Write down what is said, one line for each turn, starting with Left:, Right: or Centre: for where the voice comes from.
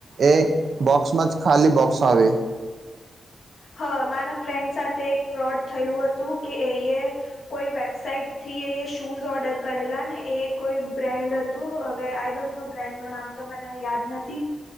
Right: એ બોક્સમાં જ ખાલી બોક્સ આવે.
Left: હા મારા ફ્રેન્ડ સાથે એક ફ્રોડ થયું હતું કે એ કોઈ વેબસાઈટથી એ શૂઝ ઓર્ડર કરેલા ને એ કોઈ બ્રેન્ડ તો હવે આઈ ડોન્ટ નો બ્રાન્ડ નું નામ તો મને યાદ નથી.